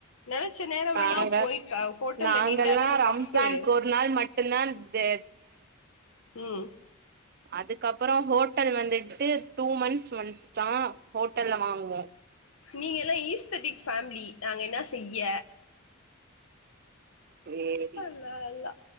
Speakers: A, on the left; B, on the right.
A: நினைச்ச நேரம்
B: நாங்க
A: எல்லாம் போய ஹோட்டல்ல
B: நாங்கல்லா
A: நின்னாடதானே
B: ரம்ஜான்க்கு
A: தப்பு
B: ஒரு நாள் மட்டுந்தா இந்த
A: உம்
B: அது அப்பரோம் ஹோட்டல் வந்துட்டு டூ மன்ஸ் மன்ஸ் தான் ஹோட்டல்ல வாங்குவோம்
A: நீங்கல்லா ஈஸ்தடிக் ஃபேமிலி நாங்க என்ன செய்ய
B: சேரி
A: அல்ல அல்ல